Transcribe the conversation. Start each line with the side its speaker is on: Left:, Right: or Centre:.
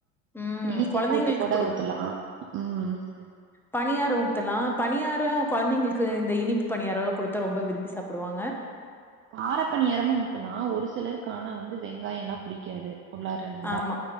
Centre: ம்.
Right: இனிப்பு
Centre: குழந்தைங்களுக்கு
Right: போட்டு கூட ஊத்துலா உம்
Centre: பணியார ஊத்தலா பணியாரம் குழந்தைங்களுக்கு இந்த இனிப்பு பணியாரலாம் கொடுத்தா ரொம்ப விரும்பி சாப்பிடுவாங்க
Right: காரப்பனியாரமும் ஊட்டலாம் ஒரு சிலருக்கானா வந்து வெங்காயம் எல்லாம் புடிக்காது உள்ளாரந்தா
Centre: ஆமா